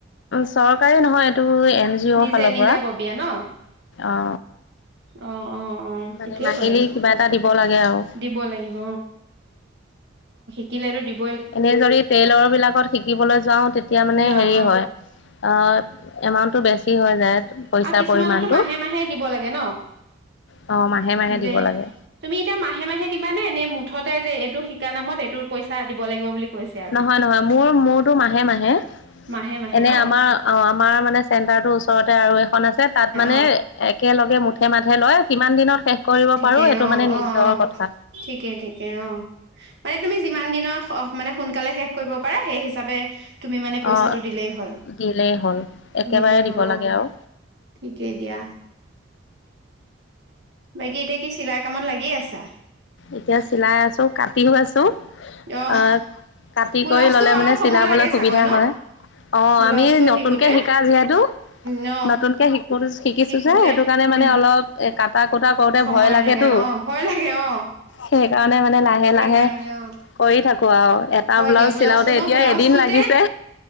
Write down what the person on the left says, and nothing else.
চৰকাৰী নহয় এইটো এন জি
অ'ৰ ফালৰ
পৰা,
অ।
মানে
মাহিলী
কিবা এটা দিব লাগে আৰু
এনেই যদি টেইলৰ বিলাকত শিকিবলৈ যাও তেতিয়া মানে
হেৰি
হয় অঁ এমাউণ্টটো বেছি হৈ যায় পইচাৰ
পৰিমাণটো
অ মাহে মাহে দিব
লাগে
নহয় নহয় মোৰ মোৰতো মাহে মাহে
এনে
আমাৰ অঁ আমাৰ মানে চেণ্টাৰটো ওচৰত ওচৰতে আৰু এখন আছে তাত মানে
একেলগে মুঠে মা লয় কিমান দিনত শেষ কৰিব
পাৰো সেইটো
মানে নিজৰ
কথা
অ
দিলেই হ'ল একেবাৰে
দিব
লাগে
আৰু
এতিয়া চিলাই আছো কাটিওঁ আছোঁ।
আঁহ কাটি
কৰি ললে
মানে
চিলাবলৈ
সুবিধা
হয়। অঁ
আমি নতুনকে
শিকা যিহেতু
নতুনকে শিকোঁ শিকিছোঁ
যে সেইটো কাৰণে
মানে অলপ কাটা কুটা কৰোতে
ভয় লাগেতো
সেইকাৰণে মানে লাহে
লাহে
কৰি থাকো আৰু এটা
ব্লাউজ
চিলাওতে
এতিয়া
এদিন লাগিছে